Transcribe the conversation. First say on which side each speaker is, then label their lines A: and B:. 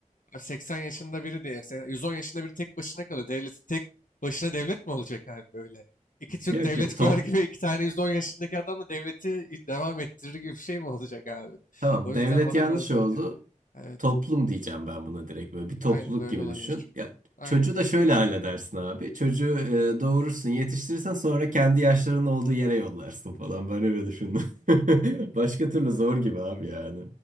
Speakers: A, on the left (about 80°); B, on the right (about 75°).
A: Abi 80 yaşında biri diye. 110 yaşında biri tek başına kalıyor. Devletin tek başına devlet mi olacak abi böyle? İki Türk
B: Yok
A: devlet
B: yok
A: kurar
B: to
A: gibi iki tane 110 yaşındaki adamla devleti devam ettirir gibi bir şey mi olacak abi?
B: tamam
A: O yüzden
B: devlet
A: bana
B: yanlış
A: biraz zor
B: oldu.
A: geldi. Evet.
B: Toplum diyeceğim ben buna direkt böyle bir topluluk
A: Aynen öyle
B: gibi
A: olabilir.
B: düşün. Ya,
A: Aynen.
B: çocuğu da şöyle halledersin abi. Çocuğu e, doğurursun yetiştirirsen sonra kendi yaşlarının olduğu yere yollarsın falan. Ben öyle düşündüm. <laughs> Başka türlü zor gibi abi yani.